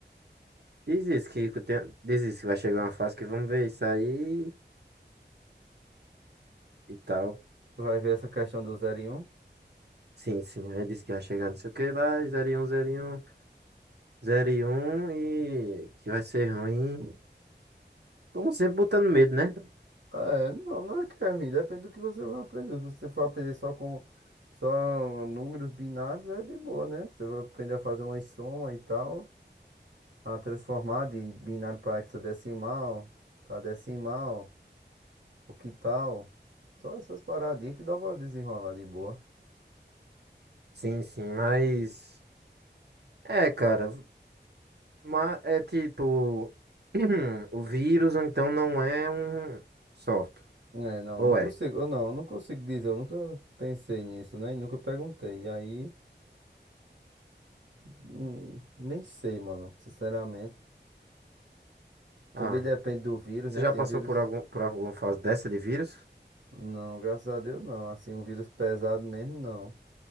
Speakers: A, on the right (about 65°); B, on the right (about 80°).
A: Diz isso, que eu tenho- diz isso, que vai chegar uma fase que vamos ver isso aí e tal.
B: Tu vai ver essa questão do zero e Um?
A: Sim, sim. Aí disse que vai chegar não sei o que lá, zero, um, zero, um, zero, um, e que vai ser ruim. Como sempre, botando medo, né?
B: Ah, É, não, não é que é ruim, depende do que você vai aprender. Se você for aprender só com só números binários, é de boa, né? Você vai aprender a fazer uma soma e tal. a transformar de binário para hexadecimal, para decimal, o que tal? Só essas paradinhas que dá pra desenrolar de boa.
A: Sim, sim, mas. É, cara, mas é tipo. <clears throat> O vírus, então, não é um software.
B: É, não,
A: Ou
B: não consigo,
A: é?
B: eu não, não consigo dizer, eu nunca pensei nisso, né? E nunca perguntei. E aí, hum, nem sei, mano, sinceramente. Também
A: Ah,
B: depende do vírus,
A: você
B: né?
A: já
B: Tem
A: passou
B: vírus.
A: por algum, por alguma fase dessa de vírus?
B: Não, graças a Deus não. Assim, um vírus pesado mesmo, não.